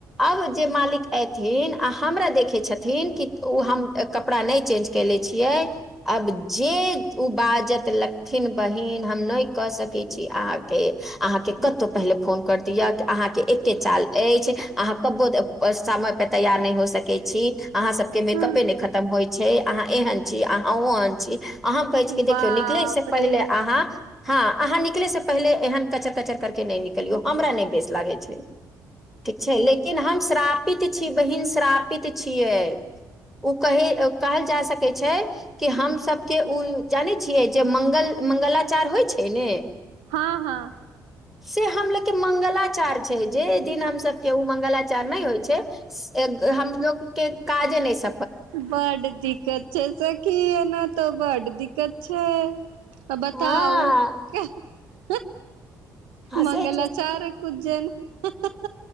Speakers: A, in the centre; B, on the right (about 65°).
A: अब जे मालिक एथिन आ हमरा देखे छथिन कि ओ हम कपड़ा नहि चेंज केले छियै अब जे ओ बाजत लथिन बहिन हम नहि कऽ सकै छी अहाँके अहाँके कतहु पहिले फोन कर दिअ अहाँके एके चाल ऐछ अहाँ कबो समय पर तैयार नैय हो सकै छी। अहाँ सभके मेकअपे
B: हँ
A: नहि खतम होइ छैय, अहाँ एहन छी अहाँ ओहन छी अहाँ कहै छी कि
B: बाप
A: देखियौ निकलै से पहिले
B: रे
A: अहाँ हँ अहाँ निकले से पहिले एहन कचर कचर करके नहि निकलियौ, हमरा नहि बेस लागै छैय। ठीक छैय लेकिन हम श्राप इ त छी बहिन श्रापित छियै ओ कह कहल जा सकै छैय कि हम सबके ओ जानै छियै जे मंगल मंगलाचार होइ छैय से ने
B: हँ हँ
A: से हमलोग के मंगलाचार छैय जे दिन हम सब के ओ मंगलाचार नहि होइ छैय हमलोग के काजे नहि स
B: बड दिक्कत छैय सखी ये। ने तऽ बड दिक्कत छैय। त बताउ
A: हँ
B: <unintelligible>
A: हँसै
B: मंगलाचार कुज्जन <unintelligible>